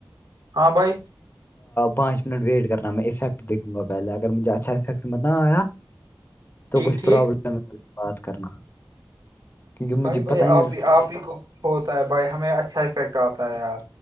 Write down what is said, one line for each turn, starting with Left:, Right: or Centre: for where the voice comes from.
Right: ہاں بھائی
Left: پانچ منٹ ویٹ کرنا میں افیکٹ دیکھوں گا پہلے اگر مجھے اچھا افیکٹ مت نہ آیا
Right: <inaudible>
Left: تو کچھ
Right: ٹھیک
Left: پرابلم ہے بات کرنا کیونکہ
Right: بھائی
Left: مجھے
Right: بھائی
Left: پتا نہیں
Right: آپ ہی آپ ہی کو کچھ ہوتا ہے بھائی ہمیں اچھا افیکٹ آتا ہے یار